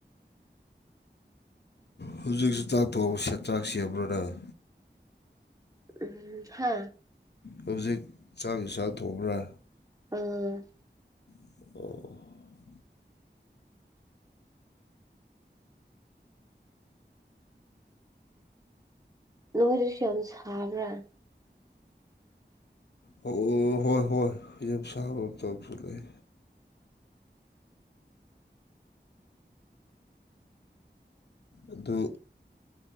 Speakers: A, on the left (about 65°); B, on the right (about 20°).
A: ꯍꯧꯖꯤꯛꯁꯨ ꯆꯥꯛ ꯊꯣꯡꯕ ꯏꯟꯁꯥꯡ ꯁꯦꯝꯕꯔꯥ ꯅꯪ
B: ꯎꯝ ꯍꯥ
A: ꯍꯧꯖꯤꯛ ꯆꯥꯛ ꯌꯦꯡꯁꯥꯡ ꯊꯣꯡꯄ꯭ꯔꯥ
B: ꯎꯝ
A: ꯑꯣ
B: ꯅꯣꯏꯗꯁꯨ ꯌꯥꯝ ꯁꯥꯕ꯭ꯔꯥ
A: ꯑꯣ ꯍꯣꯏ ꯍꯣꯏ ꯌꯥꯝ ꯁꯥꯕ ꯃꯥꯇꯝꯁꯨ ꯂꯩ ꯑꯗꯨ